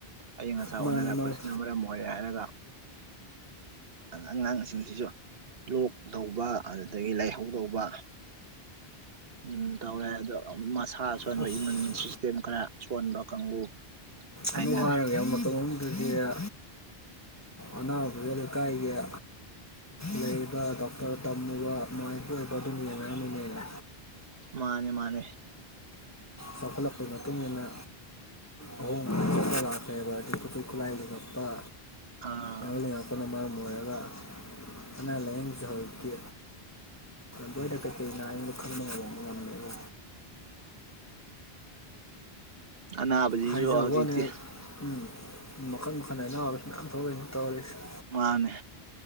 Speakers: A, on the right (about 70°); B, on the left (about 15°).
A: ꯑꯏꯪ ꯑꯁꯥ ꯑꯣꯅꯔꯛꯄꯁꯤꯅ
B: ꯃꯥꯅꯤ ꯃꯥꯅꯤ
A: ꯃꯔꯝ ꯑꯣꯏꯔꯦ ꯍꯥꯏꯔꯒ ꯑꯉꯥꯡꯁꯤꯡꯁꯤꯁꯨ ꯂꯣꯛ ꯇꯧꯕ ꯑꯗꯨꯗꯒꯤ ꯂꯥꯏꯍꯧ ꯇꯧꯕ ꯎꯝ ꯇꯔꯁ ꯁꯥ ꯁꯣꯟꯕ
B: ꯑꯁ
A: ꯏꯃꯨꯟ ꯁꯤꯁꯇꯦꯝ ꯈꯔ ꯁꯣꯟꯕ ꯀꯥꯡꯕꯨ ꯍꯥꯏꯇꯥꯔꯦ
B: ꯑꯗꯨ ꯍꯥꯏꯔꯒ ꯃꯇꯝꯗꯨꯗ ꯑꯅꯥ ꯂꯩ ꯀꯥꯏꯒ ꯂꯩꯕ ꯗꯣꯛꯇꯔ ꯇꯝꯃꯨꯕ ꯃꯥꯏꯕ ꯑꯣꯏꯕ ꯑꯗꯨꯝ ꯌꯦꯡꯅꯔꯝꯃꯤꯅꯦꯕ
A: ꯃꯥꯅꯦ ꯃꯥꯅꯦ
B: ꯆꯥꯎꯈꯠꯂꯛꯄꯒꯤ ꯃꯇꯨꯡ ꯏꯟꯅ ꯑꯍꯣꯡ ꯄ ꯇꯀꯨ ꯑ ꯍꯞꯄ
A: ꯑꯥ
B: ꯌꯥꯎ ꯌꯥꯄꯅ ꯃꯥꯔ ꯑꯣꯏꯔꯒ ꯑꯅꯥ ꯂꯥꯏꯌꯦꯡꯁꯨ ꯍꯧꯔꯛꯀꯤ ꯕꯣꯏꯛꯇ ꯀꯅꯣ ꯑꯗ ꯈꯪꯕꯉꯥꯏꯕ ꯉꯝꯃꯦ ꯑꯗꯣ
A: ꯎꯝ ꯑꯕꯁꯨ
B: ꯍꯥꯏꯖꯕ
A: ꯍꯧꯖꯤꯇꯦ
B: ꯋꯥꯅꯦ ꯎꯝ ꯃꯈꯟ ꯃꯈꯟ ꯍꯥꯏꯅꯥꯕꯁꯨ ꯃꯌꯥꯝ ꯊꯣꯛꯂꯛꯏ ꯇꯧꯔꯤꯁꯁꯤ
A: ꯃꯥꯅꯦ